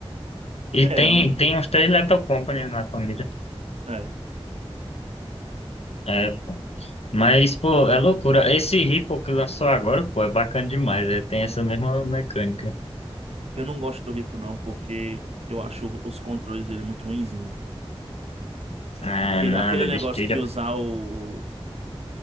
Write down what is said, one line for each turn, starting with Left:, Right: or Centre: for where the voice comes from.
Right: é,
Left: E tem,
Right: eu-
Left: tem uns três Lethal Company na família.
Right: é.
Left: É, Mas, pô, é loucura. Esse Ripple que lançou agora, pô, é bacana demais. Ele tem essa mesma mecânica.
Right: Eu não gosto do Ripo não, porque eu acho os controles dele muito ruinzinho.
Left: Ah,
Right: Aquele,
Left: nada,
Right: aquele negócio
Left: besteira.
Right: que usar o, o-